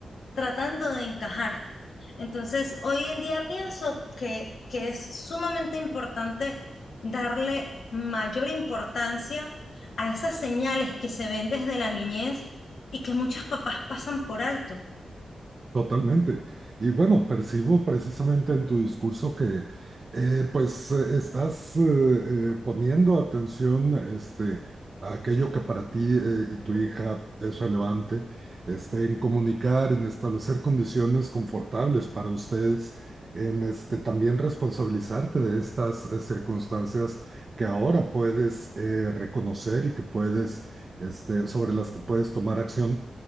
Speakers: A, on the left; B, on the right.
A: tratando de encajar. Entonces, hoy en día pienso que, que es sumamente importante darle mayor importancia a esas señales que se ven desde la niñez y que muchos papás pasan por alto.
B: Totalmente. Y bueno, percibo precisamente en tu discurso que eh, pues eh, estás eh, eh, poniendo atención este, a aquello que para ti eh, y tu hija es relevante, este, en comunicar, en establecer condiciones confortables para ustedes, en este, también responsabilizarte de estas eh, circunstancias que ahora puedes eh, reconocer y que puedes, este, sobre las que puedes tomar acción.